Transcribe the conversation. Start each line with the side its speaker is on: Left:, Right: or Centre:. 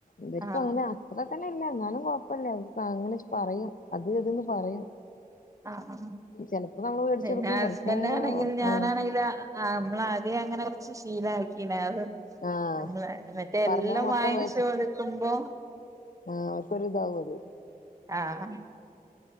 Left: ഇവർക്കും
Right: ആഹ്
Left: അങ്ങനെ അ അത്ര തന്നെ ഇല്ല എന്നാലും കൊഴപ്പല്ല അവക്ക് അങ്ങനെ പറയും അത് ഇത്ന്ന് പറയും
Right: ആ ആ
Left: ചെലപ്പോ നമ്മള് മേടിച്ചെടുക്കും
Right: പിന്നെ ഹസ്ബൻഡ്
Left: ചെലപ്പോ ഇങ്ങനെ
Right: ആണെങ്കിൽ ഞാനാണെങ്കിൽ
Left: ആഹ്
Right: ആഹ് നമ്മളാദ്യം അങ്ങനെ കുറച്ച് ശീലമാക്കീന്ന് അത്
Left: ആഹ്
Right: നമ്മള് മറ്റേ
Left: പറഞ്ഞത്
Right: എല്ലാം
Left: മൊത്തം
Right: വാങ്ങിച്ചു
Left: മേടിച്ച്
Right: കൊടുക്കുമ്പോ
Left: ആഹ് ഓലക്ക് ഒരു ഇതാവും അത്
Right: ആഹ്